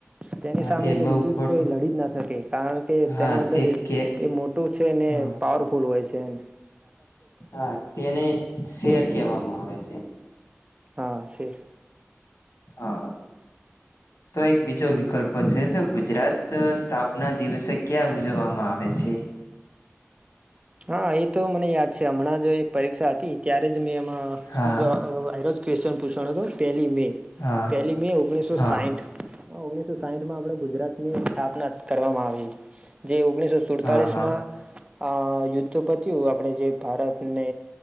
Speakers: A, on the right (about 25°); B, on the left (about 85°).
A: તેની
B: હા
A: સામે
B: તે
A: તો
B: બઉ
A: બીજુ
B: ખોટું
A: કોઈ લડી જ ના શકે કારણ કે
B: હા
A: તેના અંદર
B: તે
A: એ
B: કે
A: એ મોટું છે ને
B: હા
A: પાવરફુલ હોય તેન
B: હા તેને શેર કહેવામાં આવે છે.
A: હા સેર
B: હા તો એક બીજો વિકલ્પ છે તો ગુજરાત સ્થાપના દિવસે ક્યાં ઉજવવામાં આવે છે.
A: હા એ તો મને યાદ છે. હમણાં જો એક પરીક્ષા હતી ત્યારે જ મે એમાં
B: હા
A: શુ જવાબ આયરો ક્વેશ્ચન પૂછાનો હતો પહેલી મે
B: હા
A: પહેલી મે ઓગણીસો
B: હા
A: સાઈઠ ઓગણીસો સાઈઠ માં આપડે ગુજરાતની સ્થાપના કરવામાં આવી જે ઓગણીસો સુડતાલીસ
B: હા હા
A: માં આ યુદ્ધ પત્યું આપણે જે ભારતને